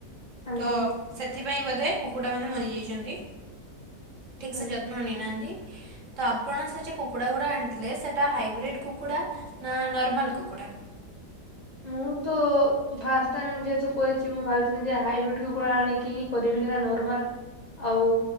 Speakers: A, on the left (about 65°); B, on the right (about 50°).
A: ଆଜ୍ଞା
B: ତ ସେଥିପାଇଁ ବୋଧେ କୁକୁଡ଼ାମାନେ ମରିଯାଇଚନ୍ତି। ଠିକ ସେ
A: ଆଜ୍ଞା।
B: ଯତ୍ନ ନେଇନାହାନ୍ତି ତ ଆପଣ ସେ ଯେ କୁକୁଡା ଗୁଡା ଆଣିଥିଲେ ସେଟା ହାଇବ୍ରିଡ କୁକୁଡ଼ା ନା ନର୍ମାଲ କୁକୁଡ଼ା?
A: ମୁଁ ତ ଫାଷ୍ଟ ଟାଇମ ଯେହେତୁ କରିଛି ମୁଁ ଭାବୁଥିଲି ଯେ ହାଇବ୍ରିଡ କୁକୁଡ଼ା ଆଣିକି ହିଁ କରିବି କାହିଁକି ନା ନର୍ମାଲ ଆଉ